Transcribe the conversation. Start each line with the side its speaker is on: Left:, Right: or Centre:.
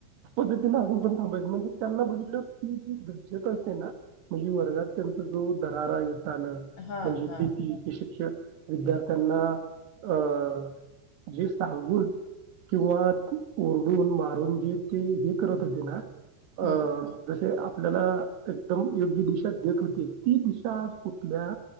Right: वे त्यांना अजून पण थांबवय म्हणजे त्यांना बघितलं की ते जे गरजक असते ना म्हणजे वर्गात त्यांचा जो दरारा आहे. ताना
Left: हा
Right: म्हणजे
Left: हा
Right: भिती विद्यार्थ्यांना अ जे सांगून किंवा ओरडून-मारून जी ते हे करत होते ना
Left: हम्म
Right: अ जशे आपल्याला एकदम योग्य दिशा देत होती, ती दिशा आज कुठल्या